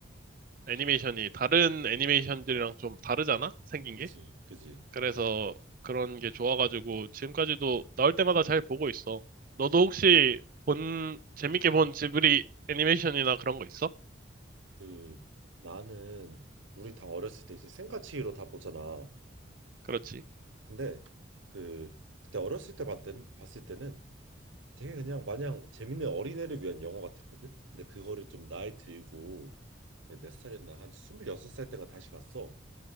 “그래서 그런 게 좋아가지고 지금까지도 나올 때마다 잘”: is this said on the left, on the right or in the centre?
Right